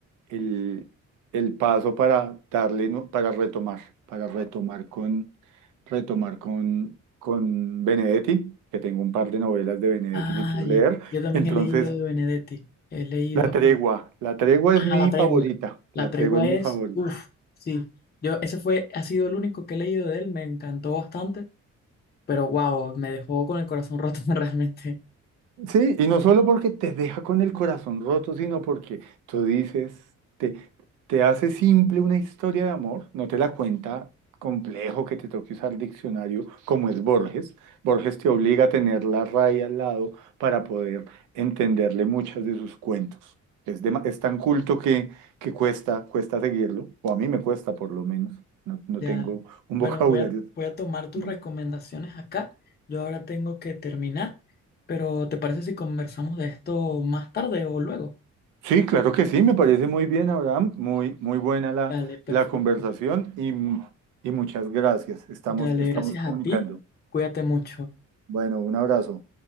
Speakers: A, on the right; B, on the left.
A: el, el paso para darle, ¿no? para retomar, para retomar con, retomar con, con Benedetti, que tengo un par de novelas de Benedetti
B: Ah,
A: que quiero
B: ye-
A: leer.
B: Yo también
A: Entonces,
B: he leído de Benedetti. He leído.
A: La Tregua, La Tregua
B: Ajá,
A: es mi
B: La Tregua.
A: favorita,
B: La
A: La
B: Tregua
A: Tregua es mi
B: es.
A: favorita.
B: Uf, sí. Yo, ese fue, ha sido el único que he leído de él. Me encantó bastante. Pero wow, me dejó con el corazón roto <laughs> realmente.
A: Sí, y no solo porque te deja con el corazón roto, sino porque tú dices, te, te hace simple una historia de amor, no te la cuenta complejo que te toque usar diccionario como es Borges. Borges te obliga a tener la raya al lado para poder entenderle muchas de sus cuentos. Es, dema- es tan culto que, que cuesta, cuesta seguirlo, o a mí me cuesta por lo menos, no, no
B: Ya.
A: tengo un
B: Bueno,
A: vocabulario
B: voy a, voy a tomar
A: tan
B: tus
A: bueno.
B: recomendaciones acá. Yo ahora tengo que terminar. Pero ¿te parece si conversamos de esto más tarde o luego?
A: Sí, claro que sí, me parece muy bien, Abraham. Muy, muy buena la,
B: Dale, perfecto.
A: la conversación y, y muchas gracias. Estamos,
B: Dale,
A: estamos
B: gracias
A: comunicando.
B: a ti. Cuídate mucho.
A: Bueno, un abrazo.